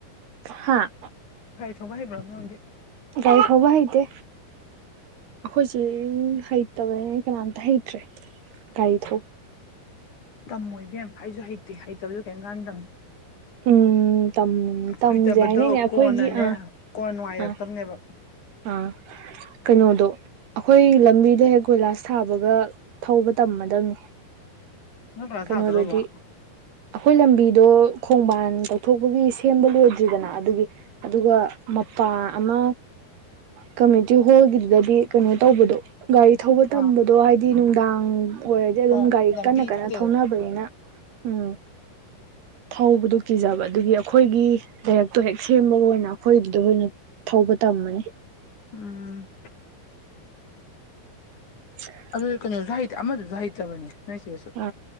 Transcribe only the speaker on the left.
ꯒꯥꯔꯤ ꯊꯧꯕ ꯍꯩꯕ꯭ꯔꯥꯕ ꯅꯪꯗꯤ
ꯇꯝꯃꯨ ꯏꯕꯦꯝ ꯑꯩꯁꯨ ꯍꯩꯇꯦ ꯍꯩꯇꯕꯖꯨ ꯀꯩꯝ ꯀꯥꯟꯗꯝꯅꯦ
ꯍꯩꯇꯕꯗꯣ
ꯀꯣꯟꯅꯅꯦ
ꯀꯣꯟꯅ ꯅꯨꯡꯉꯥꯏꯔꯛꯇꯕꯅꯦꯕ
ꯅꯪ ꯀ꯭ꯂꯥꯁ
ꯊꯥꯗꯣꯔꯕꯣ
ꯑꯥ
ꯍꯣꯏ
ꯂꯝꯕꯤ
ꯐꯠꯇꯦꯗꯅ
ꯎꯝ
ꯑꯗꯨ ꯀꯩꯅꯣꯁꯨꯖ ꯍꯩꯇ ꯑꯃꯗꯁꯨ ꯍꯩꯇꯕꯅꯦ ꯅꯣꯏ ꯁꯤꯁ